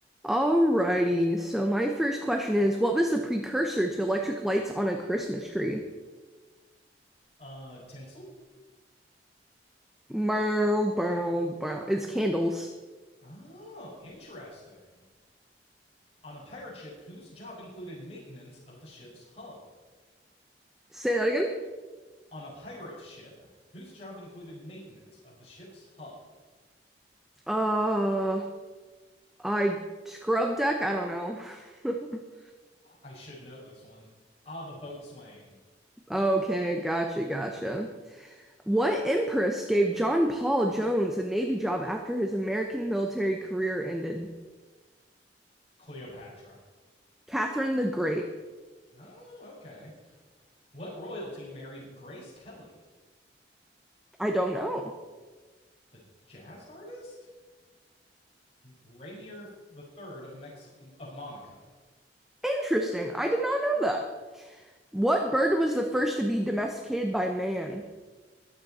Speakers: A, in the centre; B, on the left.
A: Alrighty, so my first question is, what was the precursor to electric lights on a Christmas tree?
B: Uh, Tinsel?
A: Bow, bow, bow. It's candles.
B: Oh, interesting. On a pirate ship whose job included maintenance of the ship's hull.
A: Say that again?
B: On a pirate ship whose job included maintenance of the ship's hull.
A: Uh, I scrub deck? I don't know. <laughs>
B: I should know this one. Ah, the boatswain.
A: Okay, gotcha, gotcha. What empress gave John Paul Jones a Navy job after his American military career ended?
B: Cleopatra.
A: Catherine the Great.
B: Oh, okay. What royalty married Grace Kelly?
A: I don't know.
B: The jazz artist? Rainier the Third of Mex- of Monaco.
A: Interesting. I did not know that. What bird was the first to be domesticated by man?